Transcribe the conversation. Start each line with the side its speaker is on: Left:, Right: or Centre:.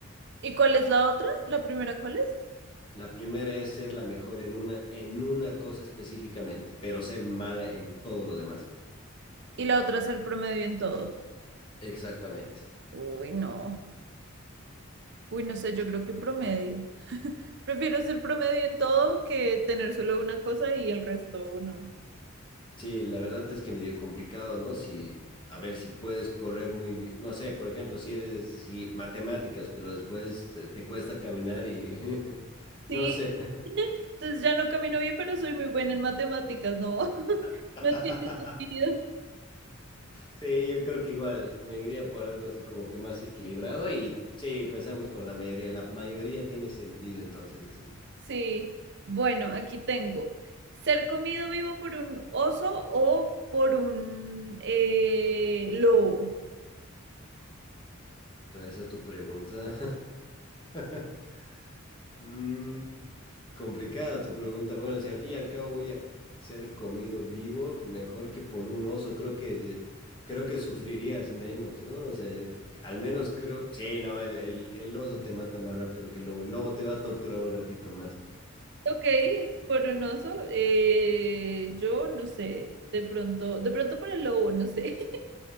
Right: ¿Y cuál es la otra? ¿La primera cuál es?
Left: La primera es ser la mejor en una, en una cosa específicamente, pero ser mala en todo lo demás.
Right: Y la otra es el promedio en todo.
Left: Exactamente.
Right: Uy, no. Uy, no sé, yo creo que promedio. <laughs> Prefiero ser promedio en todo que tener solo una cosa y el resto no.
Left: Sí, la verdad es que medio complicado, ¿no? Si, a ver, si puedes correr muy bien, no sé, por ejemplo, si eres, si matemáticas, pero después eh, te cuesta caminar y <laughs>
Right: Sí,
Left: no sé.
Right: <laughs> entonces ya no camino bien, pero soy muy buena en matemáticas, no, <laughs>
Left: <laughs>
Right: no tiene sentido.
Left: Sí, yo creo que igual me iría por algo así como que más equilibrado y sí, empezamos con la mayoría. La mayoría tiene sentido, entonces decimos.
Right: Sí, bueno, aquí tengo. Ser comido vivo por un oso o por un eh, lobo.
Left: O sea, esa es tu pregunta. <laughs> Mm, Complicada tu pregunta. Bueno, si al fin y al cabo voy a ser comido vivo, mejor que por un oso, creo que de- creo que sufrirías menos, ¿no? O sea, eh, al menos creo, sí, no, el, el, el oso te mata más rápido que el lobo. El lobo te va a torturar un ratito más.
Right: Ok, por un oso, eh, yo no sé, de pronto, de pronto por el lobo, no sé. <laughs>